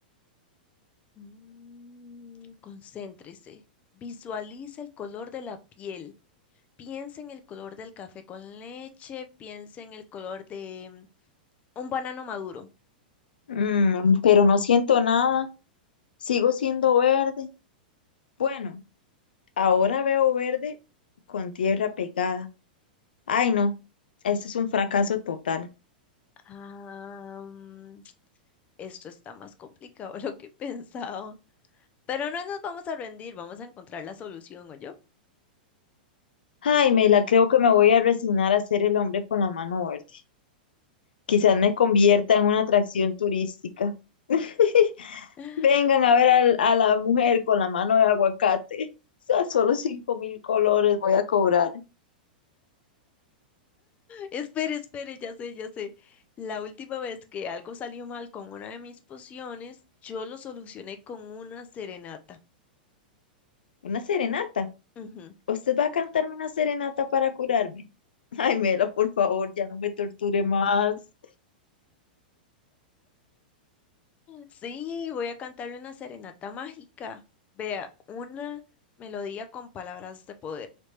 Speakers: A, on the left; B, on the left.
A: Mm, concéntrese. Visualiza el color de la piel. Piensa en el color del café con leche. Piensa en el color de mm, un banano maduro.
B: <laughs> mm, pero no siento nada. Sigo siendo verde. Bueno, Ahora veo verde con tierra pegada. Ay, no, esto es un fracaso total.
A: Ah, mm, esto está más complicado <laughs> de lo que pensaba. Pero no nos vamos a rendir, vamos a encontrar la solución, ¿o yo?
B: Ay, Mela, creo que me voy a resignar a ser el hombre con la mano verde. Quizás me convierta en una atracción turística. <laughs>
A: <laughs>
B: Vengan a ver al- a, la mujer con la mano de aguacate. O sea, solo cinco mil colores voy a cobrar.
A: Espere, espere, ya sé, ya sé. La última vez que algo salió mal con una de mis pociones, yo lo solucioné con una serenata.
B: Una serenata.
A: Ujú.
B: ¿Usted va a cantarme una serenata para curarme? Ay, Mela, por favor, ya no me torture más.
A: Sí, voy a cantarle una serenata mágica. Vea, una melodía con palabras de poder.